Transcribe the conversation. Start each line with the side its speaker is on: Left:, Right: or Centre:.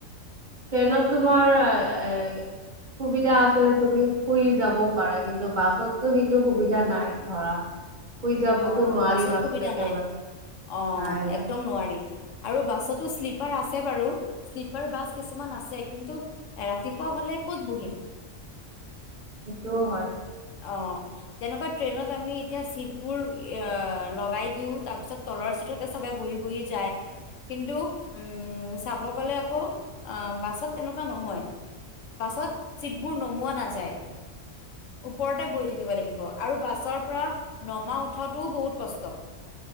Right: ট্ৰেইনত তোমাৰ এ সুবিধা আছে যে তুমি শুই যাব পাৰা কিন্তু বাছতটো সেইটো সুবিধা নাই ধৰা শুই যাবতো
Left: অ
Right: নোৱাৰি
Left: বাছত সুবিধা
Right: একেবাৰে
Left: নাই অ
Right: নাই নাই
Left: একদম নোৱাৰি আৰু বাছতো্লিপ আছে বাৰু শ্লিপাৰ বাছ কিছুমান আছে কিন্তু ৰাতিপুৱা হলে ক'ত বহিম
Right: সেইটোও হয়
Left: অ যেনেকুৱা ট্ৰেইনত আমি এতিয়া চিট বোৰ এ লগাই দিও তাৰ পিছত তলৰ চিটতে চবে বহি বহি যায় কিন্তু উম চাব গলে আকৌ আহ বাছত তেনেকুৱা নহয় বাছত চিটবোৰ নমোৱা নাযায় ওপৰতে বহি থাকিব লাগিব আৰু বাছৰ পৰা নমা উঠাটোও বহুত কষ্ট